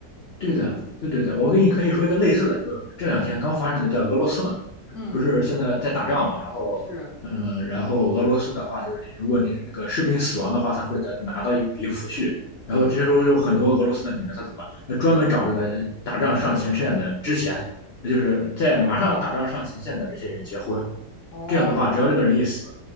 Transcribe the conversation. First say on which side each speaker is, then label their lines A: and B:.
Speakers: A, on the left; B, on the left.
A: 对的，对对对，我跟你可以说一个类似的，就是这两天刚发生的，
B: 嗯
A: 在俄罗斯嘛，
B: 嗯，
A: 不是现在在打仗嘛，然后，
B: 是，
A: 嗯，然后俄罗斯的话，就是如果你那个士兵死亡的话，他会得拿到一笔抚恤，
B: 嗯，
A: 然后这时候有很多俄罗斯的女的，她怎么办？那专门找这个打仗上前线的之前，那就是在马上打仗上前线的这些人结婚，
B: 哦，
A: 这样的话，只要这个人一死，